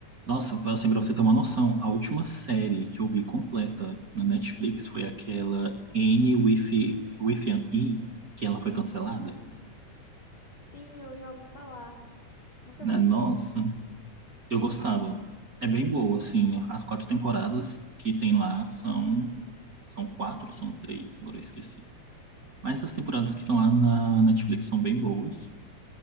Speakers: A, on the right; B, on the left.
A: Nossa, assim, pra você ter uma noção, a última série que eu vi completa na Netflix foi aquela N with, with an E, que ela foi cancelada.
B: Hum, sim, eu já ouvi falar, nunca
A: Né?
B: assisti.
A: Nossa, eu gostava. É bem boa, assim, as quatro temporadas que tem lá são, são quatro ou são três, agora eu esqueci. Mas as temporadas que estão lá na Netflix são bem boas.